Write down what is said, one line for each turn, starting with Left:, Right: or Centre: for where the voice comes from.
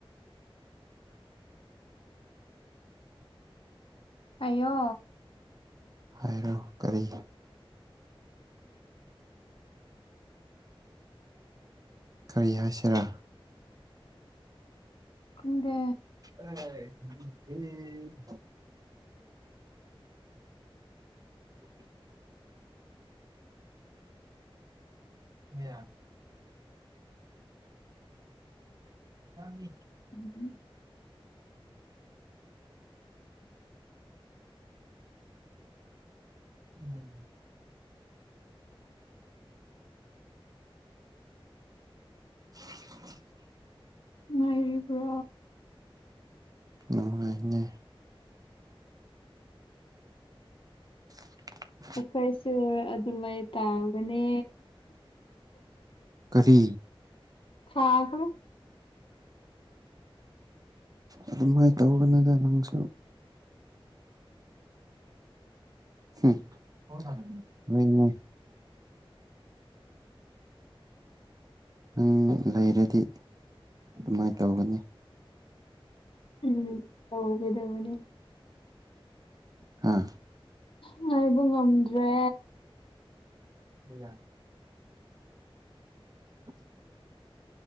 Left: ꯑꯩꯌꯣ
Right: ꯍꯥꯏꯔꯣ ꯀꯔꯤ ꯀꯔꯤ ꯍꯥꯏꯁꯤꯔꯥ
Left: ꯈꯪꯗꯦ
Right: ꯍꯥꯏ ꯍꯦ ꯍꯣ <inaudible> ꯌꯥ <unintelligible> ꯑꯕꯤ <unintelligible>
Left: ꯎꯝ <unintelligible>
Right: ꯎꯝ <unintelligible> <inaudible>
Left: ꯅꯨꯉꯥꯏꯔꯤꯕ꯭ꯔꫭ
Right: ꯅꯨꯡꯉꯥꯏꯅꯦ <unintelligible>
Left: ꯑꯩꯈꯣꯏꯁꯨ ꯑꯗꯨꯃꯥꯏ ꯇꯥꯡꯕꯅꯦ
Right: ꯀꯔꯤ
Left: ꯊꯥꯈ
Right: ꯑꯗꯨꯃꯥꯏ ꯇꯧꯒꯅꯨꯗ ꯅꯪꯁꯨ ꯍꯨꯝ ꯍꯣꯏꯅꯦ ꯅꯪ ꯂꯩꯔꯗꯤ ꯑꯗꯨꯃꯥꯏ ꯇꯧꯒꯅꯤ
Left: ꯎꯝ ꯍꯧꯒꯗꯕꯅꯦ
Right: ꯍꯥꯥ
Left: ꯉꯥꯏꯕ ꯉꯝꯗ꯭ꯔꯦ
Right: ꯏꯌꯥ <unintelligible>